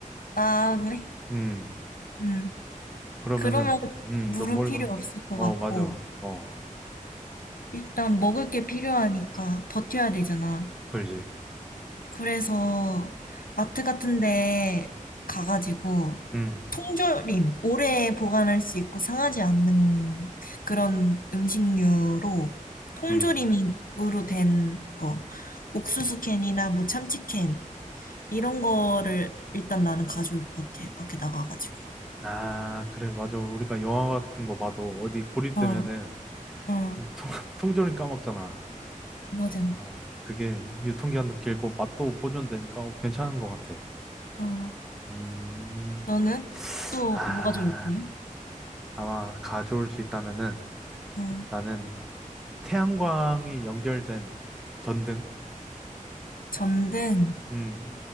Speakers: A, on the left; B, in the centre.
A: 아, 그래?
B: 음,
A: 음.
B: 그러면은,
A: 그러면
B: 음,
A: 물은
B: 넌 뭘
A: 필요
B: 봐?
A: 없을 것
B: 어,
A: 같고,
B: 맞아. 어,
A: 일단 먹을 게 필요하니까 버텨야 되잖아.
B: 그러지.
A: 그래서 마트 같은 데 가가지고
B: 음,
A: 통조림, 오래 보관할 수 있고 상하지 않는 그런 음식류로 통조림으로
B: 음.
A: 된 거, 옥수수 캔이나 뭐 참치 캔, 이런 거를 일단 나는 가져올 것 같아. 밖에 나가가지고.
B: 아, 그래. 맞아. 우리가 영화 같은 거 봐도 어디 고립되면은
A: 어, 어,
B: 통, <laughs> 통조림 까먹잖아.
A: 맞아.
B: 아, 맞아. 그게 유통기한도 길고 맛도 보존되니까 어, 괜찮은 것 같아.
A: 어.
B: 음.
A: 너는? 또
B: 아,
A: 뭐가 좋을 거야?
B: 아마 가져올 수 있다면은
A: 어.
B: 나는 태양광이 연결된 전등?
A: 전등.
B: 음,